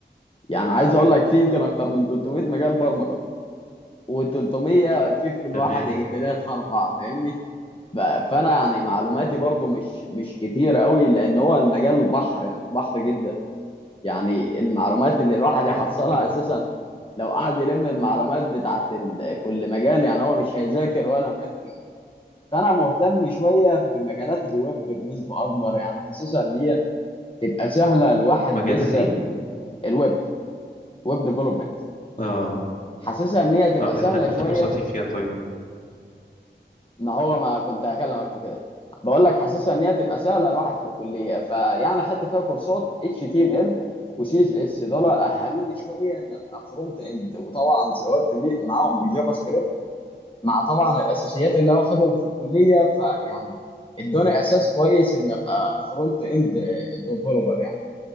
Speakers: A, on the left (about 30°); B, on the left (about 45°).
A: يعني عايز اقول لك في يمكن اكتر من 300 مجال برمجه و300 في في كل
B: تمام
A: واحد يجي ثلاثة أربعة فاهمني ف- فانا يعني معلوماتي
B: اه
A: برضو مش مش كتيره قوي لان هو المجال بحر يعني بحر جدا يعني المعلومات اللي الواحد يحصلها
B: ماشي يعني
A: اساسا لو قعد يلم المعلومات بتاعت ال- كل مجال يعني هو مش هيذاكر ولا مجال فيهم فانا مهتم شويه بمجالات الويب بنسبه اكبر يعني حاسسها ان هي تبقى سهله الواحد
B: مجالات
A: لسه
B: ايه
A: الويب ويب ديفلوبمنت
B: اه
A: حاسسها ان هي تبقى
B: اه
A: سهله
B: انت اخدت
A: شويه
B: كورسات ايه فيها طيب
A: ما هو ما كنت هكلمك في كده بقول لك حاسسها ان هي تبقى سهله الواحد في الكليه فيعني خدت فيها كورسات اتش تي ام ال وسي اس اس دول اهلوني شويه ان ابقى فرونت اند وطبعا سويت بي- معاهم بالجافا سكريبت مع طبعا الاساسيات اللي هو واخدهم في الكليه فيعني ادوني اساس كويس ان ابقى فرونت اند ديفلوبر يعني